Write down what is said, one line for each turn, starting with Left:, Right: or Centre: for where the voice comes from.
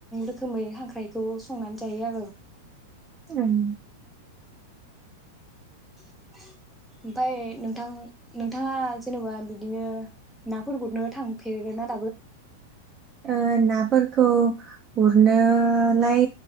Centre: रोखोमै हांख्रायखौ संनानै जायो आर।
Right: उम
Centre: <inaudible> ओमफाय नोंथां नों नोंथाङा जेनेबा बिदिनो नाफोर गुरनो थांफेरदो ना?
Right: आ ना फोरफोरखौ गुरनोलाय